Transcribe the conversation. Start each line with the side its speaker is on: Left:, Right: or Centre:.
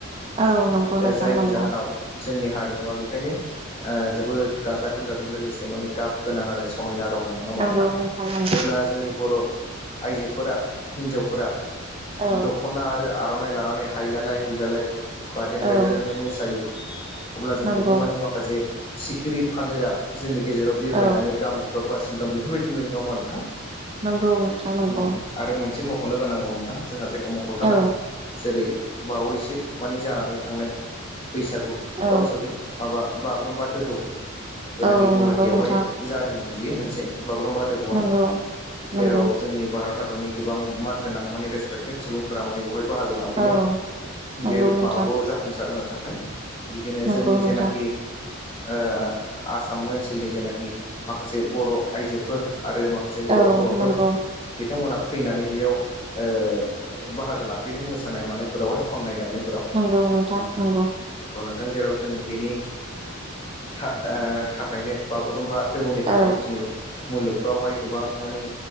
Right: औ नंगौ
Left: दा
Right: नोंथां
Left: जायनि
Right: नंगौ
Left: जाहोनाव जोंनि हारिमुवा बेखायनो ओ जोबोद गाजा गोमजाजों लोगोसे माने गाब गोनां आरो समायना। रमायना नांङाबा
Right: नंगौ
Left: नोंथां
Right: नंगौ
Left: जेब्ला जोंनि बर' आइजोफोरा हिनजावफोरा
Right: औ
Left: दख'ना आरो आर'नाइ लानानै हायलालाय हुलालाय बादेंलायलायायनानै
Right: औ
Left: मोसायो। अब्ला जोङो
Right: नंगौ
Left: बेखौ मानिे माखासे सिखिरि फालोआ जोंनि गेजेराव बिरबायनानै
Right: औ
Left: गान गोब्राबगासिनो दा बेफोरबायदि नुयो नङाहोमा नोंथां।
Right: नंगौ नोंथां नंगौ
Left: उम आरो मोनसे मख'नो गोनांबाव नोंथां जोंहा जायखौ मख'थारनांगोन
Right: औ
Left: जेरै बावैसो मानि जानानै थांनाय बैसागु
Right: औ
Left: अ सरि माबा बागुरुम्बा दोहौ जेनाखि
Right: औ
Left: गुवाहाटियावहाय
Right: नंगौ नोंथां
Left: जादोंमोन बियो मोनसे बागुरुम्बा दोहौवा
Right: नंगौ
Left: जेराव
Right: नंगौ
Left: जोंनि भारत हादर भारतनि गोबां मानगोनां माने रेसपेक्टेड सुबुंफोरा माने बेवहाय बाहागो लाफैदों।
Right: औ नंगौ
Left: बे
Right: नोंथां
Left: माबाखौ जाफुंसार होनो थाखाय। बिदिनो
Right: नंगौ
Left: जोंनि
Right: नोंथां
Left: जेनाखि ओ आसाम ओनसोलनि जेनाखि माखासे बर' आइजोफोर आरो माखासे बर'
Right: औ
Left: हौवाफोर
Right: नंगौ
Left: बिथांमोना फैनानै ओ बेयाव बाहागो लाफैदों मोसानाय मानायफोरावहाय खन्नाय, दामनाय
Right: नंगौ नोंथां नंगौ।
Left: ओ जेराव जों बेनि था ओ थाखायनो बागुरुम्बा दोहौनि
Right: औ
Left: थाखाय दिनै मुलुगावहाय गोबां मानि